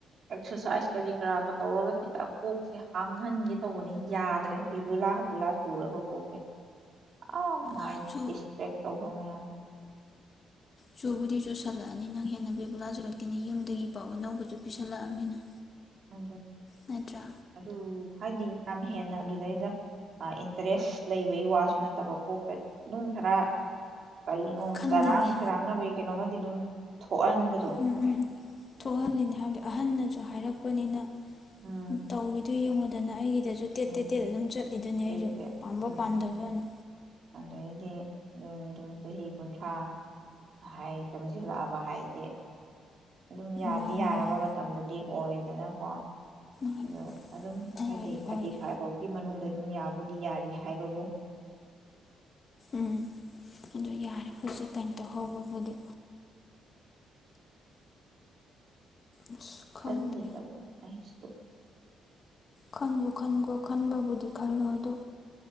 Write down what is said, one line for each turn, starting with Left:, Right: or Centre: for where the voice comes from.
Right: ꯑꯦꯛꯁꯔꯁꯥꯏꯁ ꯀꯔꯤ ꯀꯔꯥꯒ ꯇꯧꯔꯒ ꯈꯤꯇ ꯀꯣꯛꯁꯦ ꯍꯥꯡꯍꯟꯒꯦ ꯇꯧꯕꯅꯤ ꯌꯥꯗ꯭ꯔꯦ ꯕꯤꯕꯨꯂꯥ ꯍꯥꯕꯨꯂꯥ ꯆꯨꯔꯒ ꯀꯣꯛꯁꯦ ꯑꯥ ꯃꯥꯏꯟ
Left: ꯑꯥ ꯁꯣ
Right: ꯗꯤꯁꯇ꯭ꯔꯦꯛ ꯇꯧꯕ ꯃꯌꯥꯝ
Left: ꯆꯨꯕꯨꯗꯤ ꯆꯨꯁꯜꯂꯛꯑꯅꯤ ꯅꯪ ꯍꯦꯟꯅ ꯕꯦꯕꯨꯂꯥ ꯆꯨꯔꯛꯇꯦꯅꯦ ꯌꯨꯝꯗꯒꯤ ꯄꯥꯎ ꯑꯅꯧꯕꯁꯨ ꯄꯤꯁꯜꯂꯛꯑꯕꯅꯤꯅ
Right: ꯑ
Left: ꯅꯠꯇ꯭ꯔꯥ
Right: ꯑꯗꯨ ꯍꯥꯏꯗꯤꯅꯤꯡ ꯌꯥꯝ ꯍꯦꯟꯅ ꯑꯗꯨꯗꯩꯗ ꯏꯟꯇꯔꯦꯁ ꯂꯩꯕꯒꯤ ꯋꯥꯁꯨ ꯅꯠꯇꯕ ꯀꯣꯛꯇ ꯑꯗꯨꯝ ꯈꯔ ꯀꯩꯅꯣ
Left: ꯈꯟꯗꯤꯅꯦ
Right: ꯆꯔꯥꯡ ꯈꯣꯏꯔꯥꯡꯅꯕꯒꯤ ꯀꯩꯅꯣꯃꯗꯤ ꯑꯗꯨꯝ ꯊꯣꯛꯍꯟꯕꯗꯣ
Left: ꯎꯝ ꯎꯝ ꯊꯣꯛꯍꯜꯂꯤꯅꯦ ꯍꯥꯏꯕꯗꯤ ꯑꯍꯟꯅꯁꯨ ꯑꯗꯨ ꯍꯥꯏꯔꯛꯄꯅꯤꯅ
Right: ꯎꯝ
Left: ꯇꯧꯔꯤꯗꯨ ꯌꯦꯡꯉ ꯅ ꯁꯤꯗꯁꯨ ꯇꯦꯠ
Right: ꯎꯝ
Left: ꯇꯦꯠ ꯇꯦꯠ ꯑꯗꯨꯝ ꯆꯠꯂꯤꯗꯨꯅꯦ ꯑꯩꯁꯨ
Right: ꯇꯦꯠꯁꯦ
Left: ꯄꯥꯝꯕ
Right: ꯎꯝ
Left: ꯄꯥꯝꯗꯕꯅ
Right: ꯑꯗꯩꯗꯤ ꯑꯗꯨꯝ ꯑꯗꯨꯝ ꯆꯍꯤ ꯀꯨꯟꯊ꯭ꯔꯥ ꯍꯥꯏ ꯆꯪꯁꯤꯜꯂꯛꯑꯕ ꯍꯥꯏꯗꯤꯦ ꯑꯗꯨꯝ ꯌꯥꯗꯤ
Left: ꯃꯥꯅꯤ
Right: ꯌꯥꯔꯕ
Left: ꯃꯥꯅꯤ
Right: ꯃꯇꯝꯕꯨꯗꯤ ꯑꯣꯗꯅ ꯀꯣ
Left: ꯃꯥꯅꯤ
Right: ꯑꯗꯣ ꯑꯗꯨꯝ
Left: ꯑꯣꯏꯔꯦ
Right: ꯍꯥꯏꯗꯤ ꯊꯥꯔꯇꯤ
Left: ꯑꯣꯏꯔꯦ
Right: ꯐꯥꯏꯚ ꯐꯥꯎꯒꯤ ꯃꯅꯨꯡꯗ ꯑꯗꯨꯝ ꯌꯥꯕꯨꯗꯤ ꯌꯥꯔꯤ ꯍꯥꯏꯕꯕꯨ
Left: ꯎꯝ ꯑꯗꯨ ꯌꯥꯔꯦ ꯍꯧꯖꯤꯛ ꯀꯩꯅ ꯇꯧꯍꯧꯕꯕꯨꯗꯤ ꯑꯁ ꯈꯪꯗꯦ
Right: ꯍꯁꯨ
Left: ꯈꯟꯒꯣ ꯈꯟꯈꯣ ꯈꯟꯕꯕꯨꯗꯤ ꯈꯜꯂꯣ ꯑꯗꯨ